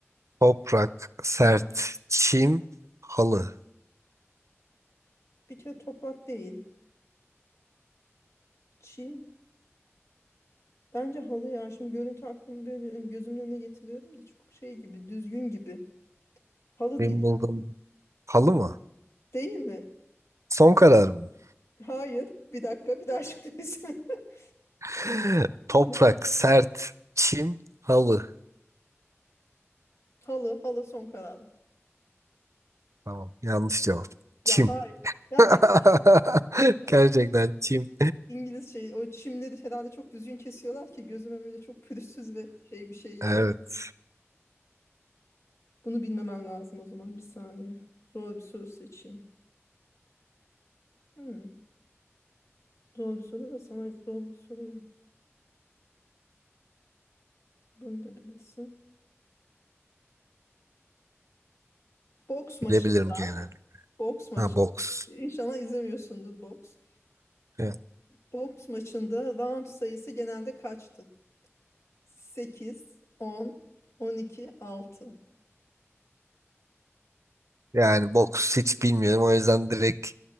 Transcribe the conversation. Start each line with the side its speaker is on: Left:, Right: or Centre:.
Right: Toprak, sert,
Left: Hı.
Right: çim, halı.
Left: Bir kere toprak değil. Çim. Bence halı ya. Şimdi görüntü aklımı böyle ön- gözümün önüne getiriyordum da çok şey gibi, düzgün gibi. Halı
Right: Wimbledon
Left: diyeceğim.
Right: halı mı?
Left: Değil mi?
Right: Son karar mı?
Left: Hayır. Bir dakika, bir daha açıklayayım. <laughs>
Right: <laughs> Toprak,
Left: Ne?
Right: sert, çim, halı.
Left: Halı, halı son kararım.
Right: Tamam, yanlış cevap.
Left: Ya
Right: Çim.
Left: hayır. Gerçekten.
Right: <laughs>
Left: mi? O
Right: Gerçekten
Left: zaman
Right: çim.
Left: İngiliz şey, o çimleri herhalde çok düzgün kesiyorlar ki gözüme böyle çok pürüzsüz ve şey bir şey geldi.
Right: Evet,
Left: Bunu bilmemen lazım o zaman. Bir saniye. Zor bir soru seçeyim. Hmm. Zor bir soru da sana zor bir soruyor. Bunu da bilirsin. Boks maçı.
Right: bilebilirim genelde.
Left: Boks maçı.
Right: Ha, boks.
Left: İnşallah izlemiyorsundur boks.
Right: Evet.
Left: Boks maçında round sayısı genelde kaçtı? sekiz, on, 10, 12, 6.
Right: Yani boks hiç bilmiyorum. O yüzden direkt